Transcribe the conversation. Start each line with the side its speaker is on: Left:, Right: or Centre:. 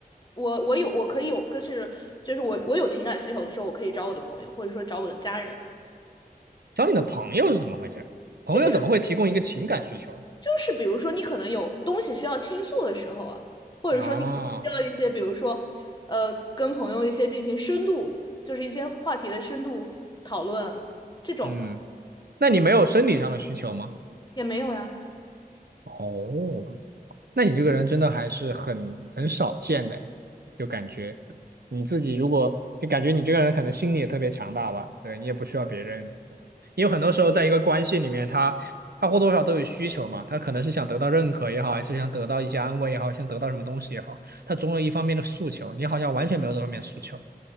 Left: 我我有我可以有，个是就是我我有情感需求的时候，我可以找我的朋友，或者说找我的家人。
Right: 找你的朋友是怎么回事？朋友怎么会提供一个情感需求？
Left: 就是就是比如说你可能有东西需要倾诉的时候啊，或者说你可能需要一些，
Right: 啊，
Left: 比如说呃跟朋友一些进行深度，就是一些话题的深度讨论这种的
Right: 嗯，那你没有生理上的需求吗？
Left: 也没有呀。
Right: 哦，那你这个人真的还是很很少见的诶就感觉你自己如果就感觉你这个人可能心理也特别强大吧，对你也不需要别人，因为很多时候在一个关系里面，他他或多或少都有需求嘛，他可能是想得到认可也好，还是想得到一些安慰也好，想得到什么东西也好，他总有一方面的诉求，你好像完全没有这方面的诉求